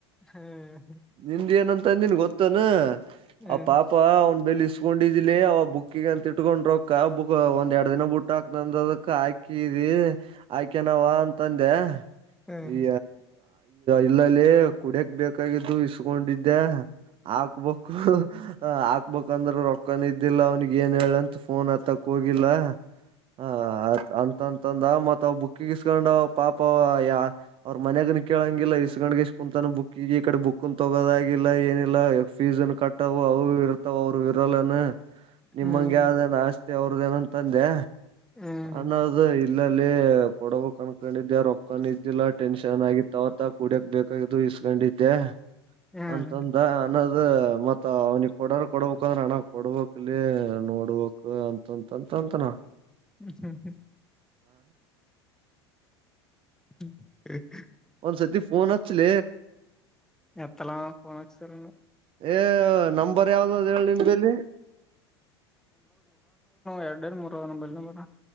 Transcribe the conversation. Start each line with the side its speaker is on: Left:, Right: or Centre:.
Centre: ಹ್ಮ್
Right: ನಿಂದ ಏನಂತ ಅಂದಿನ್ ಗೊತ್ತನ್
Centre: ಹ್ಮ್
Right: ಅವ ಪಾಪ ಅವನ್ ಬೆಲೆ ಇಸ್ಕೊಂಡಿದಿಲಿ ಅವ ಬುಕ್. ಅಕ್ಕಿಂತ ಇಟ್ಕೊಂಡ್ರೊಕ್ಕ ಬುಕ್ ಒಂದ್ ಎರಡ್ ದಿನ ಬುಟ್ಟ ಹಾಕ್ನಂದ ಅದಕ್ ಹಾಕಿದಿ ಹಾಕ್ಯನಾವ ಅಂತ. ತಂದೆ
Centre: ಹ್ಮ್
Right: ಈ ಇಲ್ಲಲ್ಲಿ ಕುಡಿಯಕ್ ಬೇಕಾಗಿ. ದು ಇಸ್ಕೊಂಡಿದ್ದೆ ಹಾಕ್ಬೇಕು. ಹಾಕ್ಬಂದ್ರ ರೊಕ್ಕನ ಇದ್ದಿಲ್ಲ ಅವ್ನಿಗೆ ಏನ್ ಹೇಳಂತ ಫೋನ್ ಹತ್ತಕ್ ಹೋಗಿಲ್ಲ. ಹಾ ಅಂತ ಂದ ಮತ್ ಅವ್ ಬುಕ್ಕಿಗೆ ಇಸ್ಕೊಂಡ್ ಪಾಪ ಯ ಅವ್ರ ಮನ್ಯಾಗ ನಿ ಕೇಳಂಗಿಲ್ಲ ಇಸ್ಕಂಡ್ಗೆಷ್ಟ ಕುಂತ. ಬುಕ್ಕ ಈಡೆ ಬುಕ್ ಕನ್ ತಗೋದಾಗಿಲ್ಲ ಏನಿಲ್ಲ ಯ ಫೀಸ್ನ್ ಕಟ್ಟಾವ ಅವ ಇರ್ತಾವ ಅವರು ಇರಲ್ಲನ. ನಿಮಂಗಗೆ
Centre: ಹ್ಮ್
Right: ಯಾವ್ದೇನ ಆಸ್ತಿ ಅವ್ರದೇನ ತಂದೆ
Centre: ಹ್ಮ್
Right: ಅನ್ನದು ಇಲ್ಲಲ್ಲಿ ಕೊಡ ಬೇಕುಕಣ್ಕೊಂಡಿದ್ದೆ ರೊಕ್ಕೊಂಡ ಇದ್ದಿಲ್ಲ ಟೆನ್ಷನ್ ಆಗಿತ್ತವ ತ ಕುಡಿಯಕ್ ಬೇಕಾಗು ಇಸ್ಕೊಂಡಿದ್ದೆ
Centre: ಹ್ಮ್
Right: ಅಂತಂದ ಅನ್ನದ ಮತ್ತ. ಅವ್ನಿಗೆ ಕೊಡ ಕೊಡ್ಬೇಕು ಅಂದ್ರೆ ಅಣ. ಕೊಡ್ಬೇಕಕ್ಲಿ ನೋಡ್ಬೇಕಕ್ ಅಂತಂತಂತ ಅಂತನ.
Centre: ಹ್ಮ್ ಹ್ಮ್ ಹ್ಮ್ ಹ್ಮ
Right: ಒಂದ್ಸತಿ ಫೋನ್ ಹಚ್ಲ
Centre: ಎತ್ತಳಾಫೋನ್ಚ್ಚರ
Right: ಏ ನಂಬರ್ ಯಾವ್ದ ಅದ ನಿನ್ ಬೆಲ್ಲಿ
Centre: ಎರಡ್ ಎರಡು ಮೂರ ನೊಂಬೈಲ್ ನಂಬರ